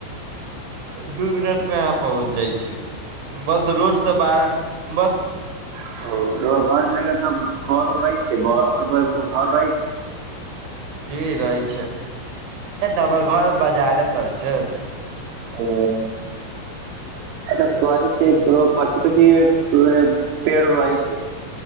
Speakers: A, on the right; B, on the right.
A: दू मिनट में आब पहुँच जाइ छी, बस रोडसँ बाहर बस।
B: ओ त घरके सब घर उर रहै छै सब घर रहै छै
A: जी रहै छै ए तऽ हमर घर बाजारे तर छै
B: ओ अचऽ तइ छै कची कची। <unintelligible> पेड़ रहै छै,